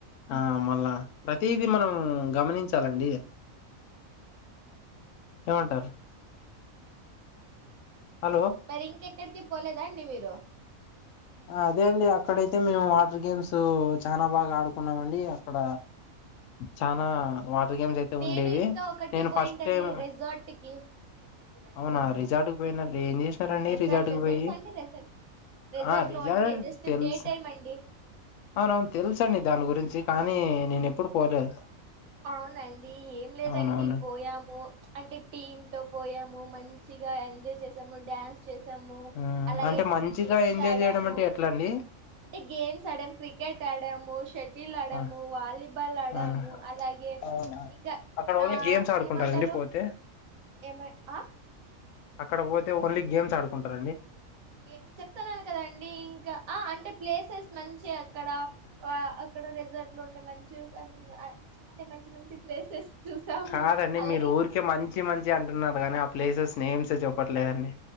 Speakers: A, on the left; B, on the right.
A: ఆ మళ్ళా ప్రతిదీ మనం గమనించాలండి
B: ఓ అవునండి
A: ఏమంటారు
B: సరే
A: హలో
B: మరి ఇంకెక్కడికి పోలేదా అండి మీరు
A: అదే అండి అక్కడైతే మేము వాటర్ గేమ్స్ చాలా బాగా ఆడుకున్నామ అండి అక్కడ చాలా వాటర్ గేమ్స్ అయితే
B: నేను
A: ఉండేవి
B: ఇంకా ఒకటి
A: నేను
B: పోయింటండి
A: ఫస్ట్ టైం
B: రెసార్ట్ కి చెప్పేది వినండి
A: అవునా
B: కొంచెము
A: రిజార్ట్ క పోయిన ఏం చేసినారంండి
B: రెసార్ట్
A: రిజార్ట్ క పోయి
B: తెలుసా అండి రెసార్ట్ రెసార్ట్
A: ఆ result
B: లో one day just
A: తెలుసు
B: day టైమ్ అండి
A: అవున అవును తెలుస అండి దాని గురించి కానీ నేను ఎప్పుడు పోలేదు
B: అవునండి ఏం లేదండి
A: అవునవును
B: పోయాము అంటే టీమ్ తో పోయాము ము మంచిగా ఎంజాయ్ చేసాము డ్యాన్స్ చేసాము
A: ఉమ్
B: అలాగే
A: అంటే మంచిగా
B: గేమ్స్
A: ఎంజాయ్
B: ఆడాము
A: చేయడం అంటే ఎట్లా అండి
B: అంటే గేమ్స్ ఆడాము క్రికెట్ ఆడాము షట్ ల్ ఆడము
A: ఆ
B: వాలీబాల్ ఆడాము
A: ఆ
B: అలాగే
A: అవునా
B: ఇంకా
A: అక్కడ ఓన్లీ
B: ఆ
A: గేమ్స్ ఆడుకుంటారండి
B: ఏమంటారు
A: పోతే
B: ఏమ ఆ
A: అక్కడ పోతే ఓన్లీ గేమ్స్ ఆడుకుంటారండి
B: గేమ్ చెప్తున్నాను కదండి ఇంకా అంటే ప్లేసెస్ మంచి అక్కడ అక్కడ రెజార్ట్ లో ఉండే మంచి ఆ అంటే మంచి మంచి ప్లేసెస్ చూసాము
A: కాదండి
B: అలాగే
A: మీరు ఊరికే మంచి మంచి అంటున్నారు కానీ ప్లేసెస్ నేమ్స్ చెప్పట్లేదండి